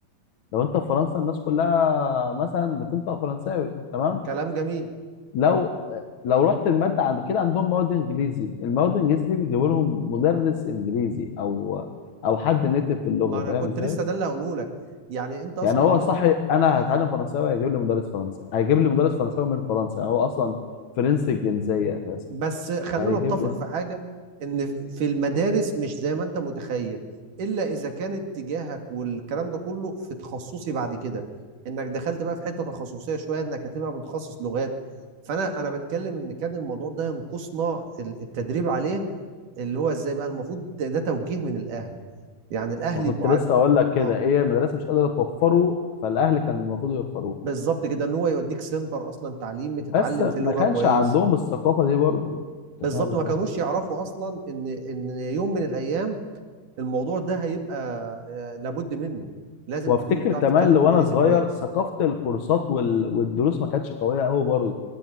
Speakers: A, on the left (about 70°); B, on the right (about 85°).
A: لو انت في فرنسا الناس كلها مثلا بتنطق فرنساوي تمام
B: كلام جميل
A: لو لو رحت الماده عند كده عندهم مواد انجليزي المواد الانجليزي دي بيجيبوا لهم مدرس انجليزي او او حد نيتف في اللغه
B: ما انا
A: فاهم
B: كنت
A: ازاي
B: لسه ده اللي هقوله لك يعني انت اصلا
A: يعني هو
B: المفروض
A: صح انا هتعلم فرنساوي هيجيب لي مدرس فرنسي هيجيب لي مدرس فرنساوي من فرنسا يعني هو اصلا فرنسي الجنسيه اساسا
B: بس خلينا
A: هيجيب
B: نتفق
A: لي
B: في حاجه ان في المدارس مش زي ما انت متخيل الا اذا كان اتجاهك والكلام ده كله في تخصصي بعد كده انك دخلت بقى في حته تخصصيه شويه انك هتبقى متخصص لغات فانا انا بتكلم ان كان الموضوع ده ينقصنا ال- التدريب عليه اللي هو ازاي بقى المفروض ده توجيه من الاهل يعني الاهل
A: ما كنت
B: يبقوا
A: لسه
B: عارف
A: اقول لك كده
B: اه
A: ايه المدرسه مش قادره توفره فالاهل كان المفروض يوفروه
B: بالظبط كده ان هو يوديك سنتر اصلا تعليمي
A: بس
B: تتعلم
A: ما
B: فيه لغه
A: كانش
B: كويس
A: عندهم الثقافه دي برضو
B: بالظبط
A: انت فاهم
B: ما
A: ازاي
B: كانوش يعرفوا اصلا ان ان يوم من الايام الموضوع ده هيبقى آه، لابد منه لازم
A: وافتكر
B: تكون بتعرف
A: كمان
B: تتكلم
A: وانا
B: انجليزي
A: صغير
B: كويس
A: ثقافه الكورسات وال... والدروس ما كانتش قويه قوي برضه